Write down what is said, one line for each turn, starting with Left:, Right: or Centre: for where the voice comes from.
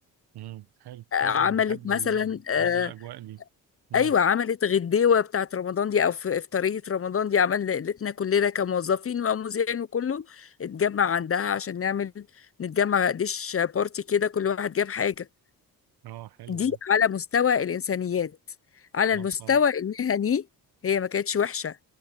Right: مم. حلو
Left: آه،
Right: حلو
Left: عملت
Right: بحب
Left: مثلا
Right: ال...
Left: آه،
Right: بحب الاجواء دي مم.
Left: ايوه عملت غديوه بتاعت رمضان دي او في افطاريه رمضان دي عمل ليلتنا كلنا كموظفين ومذيعين وكله اتجمع عندها عشان نعمل نتجمع ديش بارتي كده كل واحد جاب حاجه
Right: اه حلو
Left: دي
Right: ده
Left: على مستوى الانسانيات على
Right: اه
Left: المستوى
Right: طبعا
Left: المهني هي ما كانتش وحشه